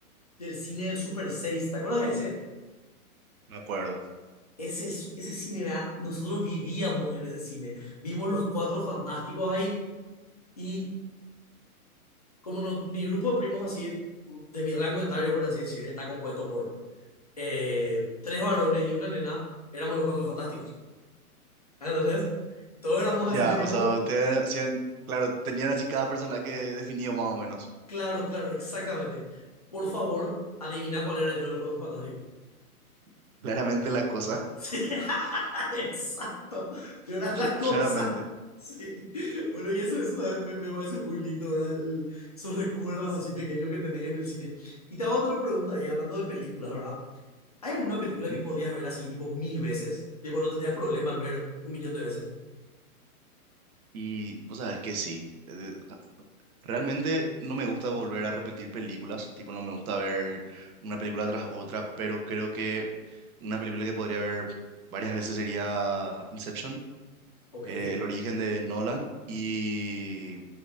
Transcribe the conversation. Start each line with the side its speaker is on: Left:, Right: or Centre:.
Left: del cine del Super seis ¿te acuerdas de ese?
Right: me acuerdo.
Left: Ese, ese cine era, nosotros vivíamos en ese cine. Vimos los cuatro fantásticos ahí y como no- mi grupo de primos así, de mi rango etario, por así decir, está compuesto por eh, tres varones y una nena, éramos los cuatro fantásticos. ¿Entendés? Y Todos éramos
Right: Ya,
Left: así, teníamos,
Right: o sea, ustedes hacían, claro, tenían así cada personaje definido más o menos.
Left: claro, claro, exactamente. Por favor, adivina cuál era yo de los cuatro fantásticos. <laughs>
Right: <laughs> Claramente la cosa.
Left: Sí, <laughs> exacto. Yo era la
Right: <laughs>
Left: cosa.
Right: Claramente.
Left: Sí. Bueno, y eso, eso también me, me parece muy lindo, ¿verdad? El- esos recuerdos así pequeños que tenés en el cine. Y te hago otra pregunta ahí, hablando de películas, ¿verdad? ¿Hay alguna película
Right: Ujú.
Left: que podrías ver así, tipo, mil veces? Tipo, no tendrías problema en ver un millón de veces.
Right: Y vos sabes que sí. eh, Realmente no me gusta volver a repetir películas, tipo no me gusta ver una película tras otra, pero creo que una película que podría ver varias veces sería Inception,
Left: Ok.
Right: eh, El origen de Nolan y